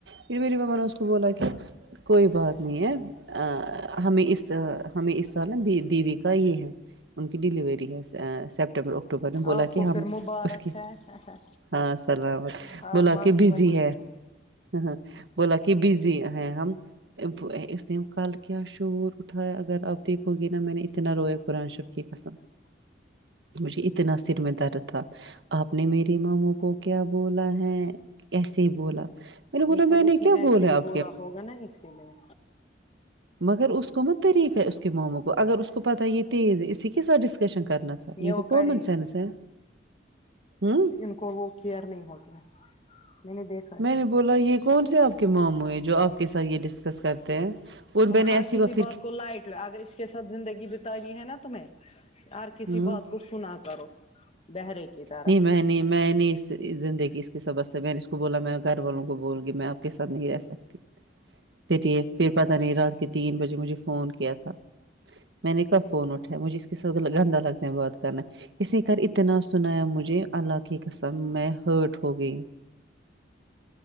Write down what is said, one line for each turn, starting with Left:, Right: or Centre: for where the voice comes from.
Right: پھر میری مماں نے اس کو بولا کہ کوئی بات نہیں ہے ا ہمیں اس ہمیں اس سال نہ دیدی کا یہ ہے ان کی ڈیلیوری ہے سپٹمبر اکٹوبر میں بولا
Left: آپ
Right: کہ
Left: کو
Right: ہم
Left: پھر مبارک
Right: اس کے
Left: ہے
Right: ہاں سلام
Left: آپ
Right: بولا
Left: ماسی
Right: کہ بزی
Left: بنو
Right: ہے ہ بولا کہ بز جی ہے ہم اس نے کل کیا شعور اٹھایا اگر آپ دیکھو گے نا میں نے اتنا رویا قرآن شریف کی قسم
Left: ج
Right: مجھے اتنا سر میں درد تھا آپ نے میرے مامو کو کیا بولا ہے ایسے بولا میں نے بولا
Left: یہ پھر
Right: میں نے
Left: اس
Right: کیا
Left: ایسے
Right: بولے
Left: ہی
Right: اب
Left: بولا ہوگا نا اسی میں
Right: مگر اس کو مت طریقہ ہے اس کے ماموں کو اگر اس کو پتہ یہ تیز ہے اسی کے ساتھ ڈسکشن کرنا یہ
Left: وہ
Right: تو
Left: کرے
Right: کومن سینس
Left: گی
Right: ہے ہ
Left: ان کو وہ کیئر نہیں ہوتی ہیں میں نے دیکھا ہے
Right: میں
Left: سب
Right: نے بولا یہ کون سے آپ کے ماموں ہیں جو آپ کے ساتھ یہ ڈسکس کرتے ہیں اور
Left: تم
Right: میں نے
Left: ہر
Right: ایسی
Left: کسی
Right: بار پھر
Left: بات کو لائٹ اگر اس کے ساتھ زندگی بتانی ہے نا تمہیں ہر کسی
Right: ہوں
Left: بات کو سنا کرو بہرے کی طرح
Right: نہیں میں نہیں میں نہیں زندگی اس کی سبس ہے میں نے اس کو بولا میں گھر والوں کو بول گی میں آپ کےسات نہیں رہ سکتی پھر یہ پھر پتا نہیں رات کے تین بجے مجھے فون کیا تھا میں نے کب فون اٹھا ہے مجھے اس کے سات گندا لگتا بات کرنا اسنے کل اتنا سنایا مجھے اللہ کی قسم میں ہرٹ ہو گئی